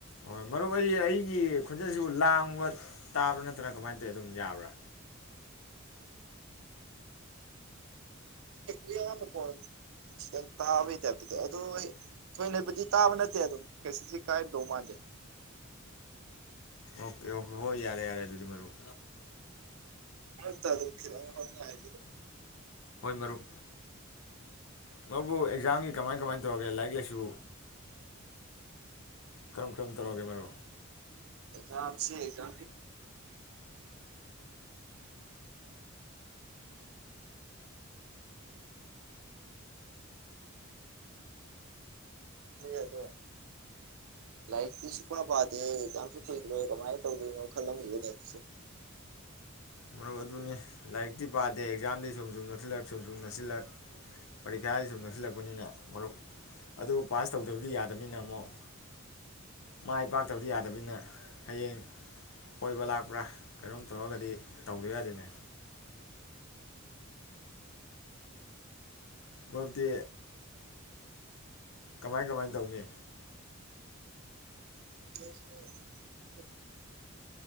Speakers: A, on the left; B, on the right.
A: ꯍꯣꯏ ꯃꯔꯨꯞ ꯑꯩ ꯑꯩꯒꯤ ꯈꯣꯟꯆꯁꯤꯕꯨ ꯂꯥꯡꯕ ꯇꯥꯕ꯭ꯔꯥ ꯅꯠꯇ꯭ꯔꯥ ꯀꯃꯥꯏꯅ ꯇꯧꯋꯤ ꯑꯗꯨꯝ ꯌꯥꯕ꯭ꯔꯥ
B: ꯑꯌꯥꯝꯕ ꯀ ꯈꯤꯇꯪ ꯇꯥꯕꯩ ꯇꯥꯏꯞꯇꯗ ꯑꯗꯨꯗꯣ ꯊꯣꯏꯅꯕꯨꯗꯤ ꯇꯥꯕ ꯅꯠꯇꯦ ꯑꯗꯨꯝ ꯀꯩꯁꯨꯁꯤ ꯀꯥꯏꯔꯗꯧ ꯃꯥꯟꯗꯦ
A: ꯑꯣꯀꯦ ꯑꯣꯀꯦ ꯍꯣꯏ ꯌꯥꯔꯦ ꯌꯥꯔꯦ ꯑꯗꯨꯗꯤ ꯃꯔꯨꯞ
B: ꯍ ꯇ ꯑꯗꯨ ꯍꯥꯏ
A: ꯍꯣꯏ ꯃꯔꯨꯞ ꯃꯕꯨ ꯑꯦꯛꯖꯥꯝꯒꯤ ꯀꯃꯥꯏ ꯀꯃꯥꯏ ꯇꯧꯔꯒꯦ ꯂꯥꯏꯔꯤꯛ ꯂꯥꯏꯁꯨ ꯀꯔꯝ ꯀꯔꯝ ꯇꯧꯔꯛꯒꯦ ꯃꯔꯣ
B: ꯑꯦꯝꯁꯤ ꯑꯦꯝꯁ ꯣꯏ ꯂꯥꯏꯔꯤꯛꯇꯤ ꯁꯨꯄ ꯄꯥꯗꯦ ꯌꯥꯝꯁꯨ ꯀꯨꯏꯗ꯭ꯔꯣꯏ ꯀꯃꯥꯏꯅ ꯇꯧꯗꯣꯏꯅꯣ ꯈꯜꯂꯝꯕꯅꯦꯁꯨ
A: ꯃꯔꯨꯞ ꯑꯗꯨꯅꯤ ꯂꯥꯏꯔꯤꯛꯇꯤ ꯄꯥꯗꯦ ꯑꯦꯛꯖꯥꯝꯗꯤ ꯁꯨꯝ ꯁꯨꯝ ꯅꯛꯁꯤꯜꯂꯛ ꯁꯨꯝ ꯁꯨꯝ ꯅꯛꯁꯤꯜꯂꯛ ꯄꯔꯤꯈꯥꯗ ꯁꯨꯝ ꯅꯛꯁꯤꯜꯂꯛꯄꯅꯤꯅ ꯃꯔꯨꯞ ꯑꯗꯨꯕꯨ ꯄꯥꯁ ꯇꯧꯗꯕꯗꯤ ꯌꯥꯗꯅꯤꯅ ꯑꯃꯨꯛ ꯃꯥꯏ ꯄꯥꯛꯇꯕꯗꯤ ꯌꯥꯗꯕꯅꯤꯅ ꯍꯌꯦꯡ ꯀꯣꯏꯕ ꯂꯥꯛꯄ꯭ꯔꯥ ꯀꯩꯅꯣꯝ ꯇꯧꯔꯒꯗꯤ ꯇꯧꯗ ꯌꯥꯗꯦꯅꯦ ꯃꯔꯨꯞꯇꯤ ꯀꯃꯥꯏ ꯀꯃꯥꯏꯅ ꯇꯧꯅꯤ
B: <inaudible>